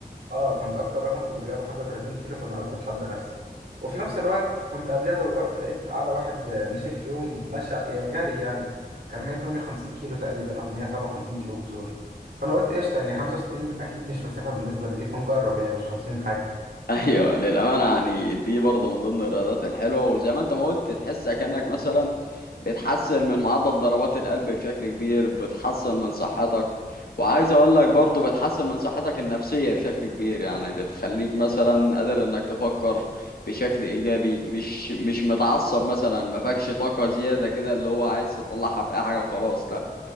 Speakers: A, on the right; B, on the left.
A: اه كنت اكتر رقم كنت جايبه حاجه 30 كيلو فانا قلت اتحدى نفسي وفي نفس الوقت كنت قبلها دورت لقيت اعلى واحد آه، مشي في يوم مشى يعني جري يعني كان 158 كيلو تقريبا او 157 كيلو كسور فانا قلت قشطه يعني 65 اكيد مش مسافه بالنسبه لدي فنجرب يعني مش خاسرين حاجه
B: ايوه للامانه يعني دي برضه من ضمن الرياضات الحلوه وزي ما انت ما قلت تحس كانك مثلا بتحسن من معدل ضربات القلب بشكل كبير بتحسن من صحتك وعايز اقول لك برضه بتحسن من صحتك النفسيه بشكل كبير يعني بتخليك مثلا قادر انك تفكر بشكل ايجابي مش مش متعصب مثلا ما فيكش طاقه زياده كده اللي هو عايز تطلعها في اي حاجه وخلاص لا